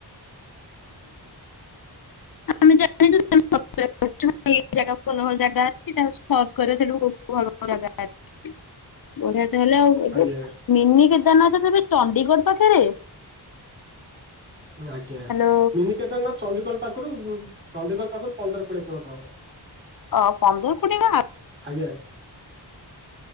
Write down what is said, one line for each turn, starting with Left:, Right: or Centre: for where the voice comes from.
Left: ତମେ ଜାଣିଛ <unintelligible> <unintelligible> ଜାଗା ଭଲ ଭଲ ଜାଗା ଅଛି ତାକୁ ସର୍ଚ୍ଚ କର ଉ ସେଠୁ ଭଲ ଭ ଜାଗା ଅଛି। ବଢିଆ ତ ହେଲା ଆଉ। ଏବେବ
Right: ଆଜ୍ଞା
Left: ମିନି କେଦାରନାଥ <unintelligible> ତ ଏବେ ଚଡିଗଡ଼ ପାଖରେ?
Right: ଆଜ୍ଞା
Left: ହ୍ୟାଲୋ
Right: ମିନିିକେଦାରନାଥ ଚଣ୍ଡିଖୋଲ ପାଖରୁ ଚଣ୍ଡିଖୋଲ ପାଖରୁ ପନ୍ଦର କୋଡିଏ କିଲୋମିଟର ହବ।
Left: ଅ ପନ୍ଦର କୋଡିଏ ବା
Right: ଆଜ୍ଞା